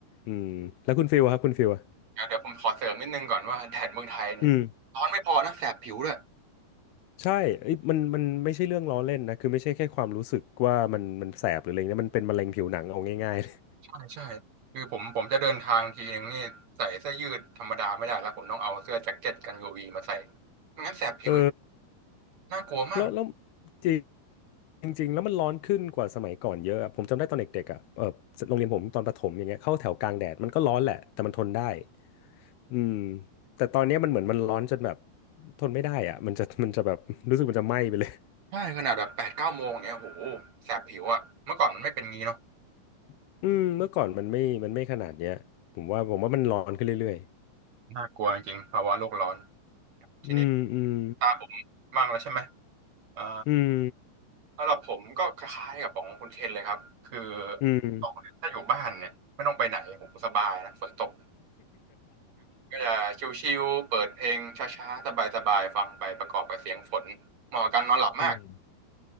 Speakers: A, on the left; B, on the right.
A: อืมแล้วคุณฟิลอะครับคุณฟิลอะ
B: นะเดี๋ยวผมขอเสริมนิดนึงก่อนว่าแดดเมืองไทยเนี่ยร้อนไม่พอนะแสบผิวด้วย
A: อืมใช่เอ้ยมันมันไม่ใช่เรื่องล้อเล่นนะคือไม่ใช่แค่ความรู้สึกว่ามันมันแสบหรืออะไรเงี้ยมันเป็นมะเร็งผิวหนังเอาง่ายๆเลย
B: ใช่ใช่คือผมผมจะเดินทางทีนึงนี่ใส่เสื้อยืดธรรมดาไม่ได้แล้วผมต้องเอาเสื้อแจ็คเก็ตกันยูวีมาใส่ไม่งั้นแสบผิว
A: เออ
B: น่ากลัวมาก
A: แล้วแล้วจริงจริงๆแล้วมันร้อนขึ้นกว่าสมัยก่อนเยอะอะผมจำได้ตอนเด็กๆอ่ะเออโรงเรียนผมตอนประถมอย่างเงี้ยเข้าแถวกลางแดดมันก็ร้อนแหละแต่มันทนได้อืมแต่ตอนเนี้ยมันเหมือนมันร้อนจนแบบทนไม่ได้อ่ะมันจะ <laughs> มันจะแบบ <laughs> รู้สึกมันจะไหม้ไปเลย
B: ใช่ขนาดแบบแปดเก้าโมงเนี่ยโอ้โหแสบผิวอะเมื่อก่อนมันไม่เป็นงี้เนาะ
A: <laughs> อืมเมื่อก่อนมันไม่มันไม่ขนาดเนี้ยผมว่าผมว่ามันร้อนขึ้นเรื่อย
B: น่ากลัวจริงภาวะโลกร้อน
A: ๆอืมอืม
B: ทีนี้ตาผมมั่งแล้วใช่ไหมอ่า
A: อืม
B: สำหรับผมก็คล้ายๆกับของคุณเคนเลยครับคือ
A: อืม
B: ตกเนี่ยถ้าอยู่บ้านเนี่ยไม่ต้องไปไหนผมสบายนะฝนตกก็จะชิลๆเปิดเพลงช้าๆสบายๆฟังไปประกอบกับเสียงฝนเหมาะกับการนอนหลับมาก
A: <laughs>